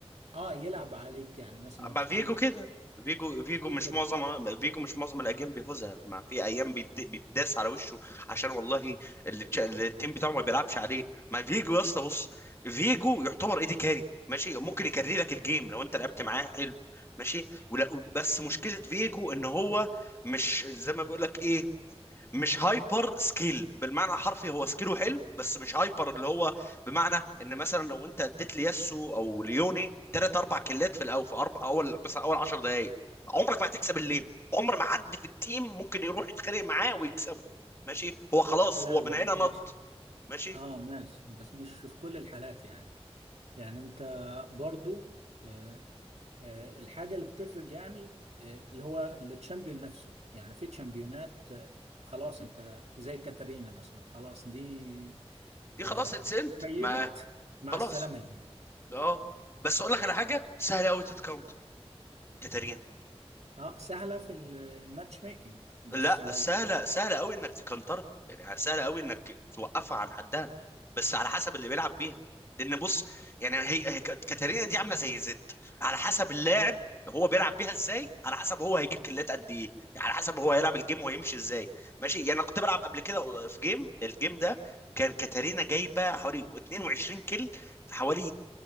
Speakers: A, on the right (about 85°); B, on the left (about 25°).
A: اه يلعب عليك يعني مثلا
B: مع
A: في
B: فيجو كده فيجو فيجو
A: زي
B: مش
A: كده
B: معظم فيجو مش معظم الايام بيفوزها ما في ايام بيد- بيتداس على وشه عشان والله اللي تش- اللي التيم بتاعه ما بيلعبش عليه مع فيجو يا اسطى بص فيجو يعتبر ايدي كاري ماشي ممكن يكري لك الجيم لو انت لعبت معاه حلو ماشي ولا بس مشكله فيجو ان هو مش زي ما بيقول لك ايه مش هايبر سكيل بالمعنى الحرفي هو سكيله حلو بس مش هايبر اللي هو بمعنى ان مثلا لو انت اديت لياسو او ليوني ثلاث اربع كلات في الاول في اربع اول بس اول 10 دقائق عمرك ما هتكسب الليل عمر ما حد في التيم ممكن يروح يتخانق معاه ويكسبه ماشي هو خلاص
A: لا
B: هو
A: لا
B: من هنا نط
A: مش
B: ماشي
A: اه ماشي بس مش في كل الحالات يعني يعني انت برضو آه، آه، الحاجة اللي بتفرق يعني آه، اللي هو التشامبيون نفسه يعني في تشامبيونات آه، خلاص انت زي كاترينا مثلا خلاص دي
B: دي
A: آه،
B: خلاص اتسنت
A: فيلت
B: ما
A: مع
B: خلاص
A: السلامة الجيم
B: اه بس اقول لك على حاجه سهله قوي تتكونتر كاتارينا
A: اه سهلة في ال- الماتش ميكنج بس
B: لا
A: لو
B: سهله سهله قوي انك تكنترها يعني سهله قوي انك توقفها عن حدها بس على حسب اللي بيلعب بيها لان بص يعني هي, هي ك- كاتارينا دي عامله زي زد على حسب اللاعب هو بيلعب بيها ازاي على حسب هو هيجيب كلات قد ايه يعني على حسب هو هيلعب الجيم وهيمشي ازاي ماشي يعني انا كنت بلعب قبل كده آه، في جيم الجيم ده كان كاتارينا جايبه حوالي 22 كل في حوالي